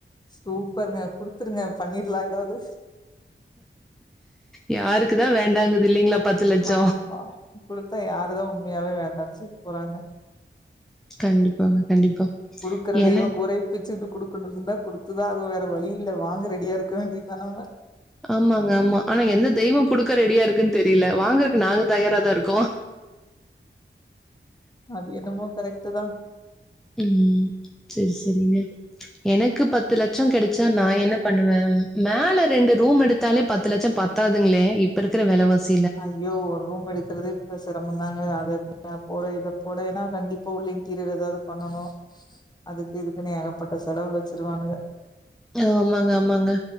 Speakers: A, on the left; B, in the centre.
A: சூப்பருங்க குடுத்துருங்க பண்ணிரலா எதாவது
B: யாருக்குதா வேண்டாங்குது இல்லைங்களா பத்து லட்ச
A: ஆமா குடுத்தா யாரு தா உண்மையாவே வேண்டானு சொல்ல போறாங்க
B: கண்டிப்பாங்க கண்டிப்பா
A: கொடுக்குற
B: என
A: தெய்வ கூரைய பிச்சுக்கிட்டு கொடுக்கு இருந்தா குடுத்துதா ஆகு வேற வழி இல் இல்ல வாங்க ரெடியா இருக் வேண்டி தா நம்ம
B: ஆமாங்க ஆமா ஆனா எந்த தெய்வ கொடுக்க ரெடியா இருக்குன்னு தெரியல வாங்குறக்கு நாங்க தயாராதா இருக்கோ
A: அது என்னமோ கரெக்டுதா
B: ம் செரி செரிங்க எனக்கு பத்து லட்ச கிடைச்சா நா என்ன பண்ணுவே மேல ரெண்டு ரூம் எடுத்தாலே பத்து லட்ச பத் தாதுங்களே இப்ப இருக்ற வெலவாசி
A: ஐயோ ஒரு ரூம் எடுக்றதே இப்ப செரமந்தாங்க அத போட இத போட ஏன்னா கண்டிப்பா உள்ள இன்டீரியர் எதாவது பண்ணனு அதுக் இதுக்குன்னே ஏகப்பட்ட செலவ் வு வச்சுருவானுங்க
B: ஆமாங்க ஆமாங்க